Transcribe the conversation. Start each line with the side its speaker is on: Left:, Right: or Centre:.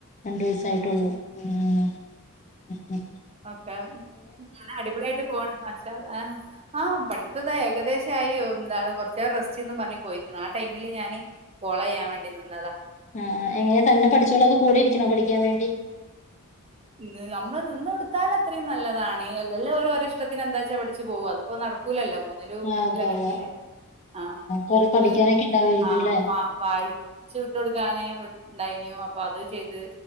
Left: രണ്ട് വയസായിട്ടേള്ളൂ ആഹ് അഹ് അഹ്
Right: ഓക്കെ ഉം നെ അടിപൊളിയായിട്ട് പോണ് ആശാ ആഹ് ആഹ് പഠിത്തൊക്കായി ഏകദേശ് ക്കായി ഒ എന്താണ് കൊറച്ച് റെസ്‌റ്റീന്നും പറഞ്ഞ് പോയിക്കണ് ആ ടൈമില് ഞാന് കോളെയ്യാൻ വേണ്ടി നിന്നതാ
Left: ആഹ് ആഹ് എങ്ങനെയ തന്ന പഠിച്ചോളോ അതോ കൂടെയിരിക്കണോ പഠിക്കാൻ വേണ്ടി
Right: ഇന്ന് അമ്മള് നിന്ന് കൊടുത്താലത്രയും നല്ലതാണ്. എല്ലല്ലോ ഓര് ഓര ഇഷ്ടത്തിന് എന്താച്ചാ പഠി ച്ച് പോവു അത് ഇപ്പ നടക്കൂലല്ലോ മോ ഒന്നിലും
Left: ആഹ്
Right: എട്ടിലൊക്കെ
Left: ഉവ്വ് ഉവ്വ്
Right: എത്തീല്ലേ ആഹ്
Left: കൊറേ
Right: ഓര്ക്ക്
Left: പഠിക്കാനൊക്കെ ഉണ്ടാവായിരിക്കും
Right: ആഹ്
Left: അല്ലേ
Right: വ വായി കൊച്ചു കുട്ടികൾക്കാണേ വിട്ട് ഉണ്ടായിനിയോ അപ്പൊ അത് ചെയ്ത്